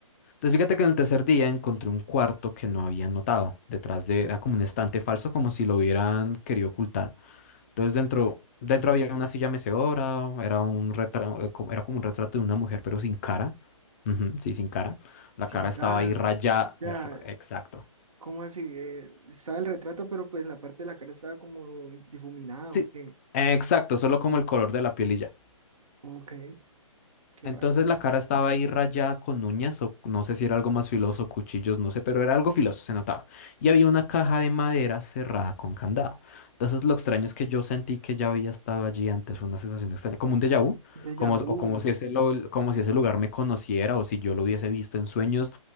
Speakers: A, on the left; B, on the right.
A: Entonces fíjate que en el tercer día encontré un cuarto que no había notado. Detrás de, era como un estante falso, como si lo hubieran querido ocultar. Entonces dentro, dentro había una silla mecedora, era un retrato, era como un retrato de una mujer, pero sin cara. Ujú, sí, sin cara. La
B: Sin
A: cara estaba
B: cara.
A: ahí rayada.
B: Ya,
A: er- Exacto.
B: ¿cómo así? Eh, estaba el retrato, pero pues la parte de la cara estaba como difuminada,
A: Sí,
B: ¿o qué?
A: exacto, solo como el color de la piel y ya.
B: Ok, qué
A: Entonces
B: raro.
A: la cara estaba ahí rayada con uñas, o no sé si era algo más filoso, cuchillos, no sé, pero era algo filoso, se notaba. Y había una caja de madera cerrada con candado. Entonces lo extraño es que yo sentí que ya había estado allí antes, fue una sensación extraña, como un déjà vu,
B: Déjà
A: como,
B: vu.
A: o como si ese, lo- como si ese lugar me conociera o si yo lo hubiese visto en sueños,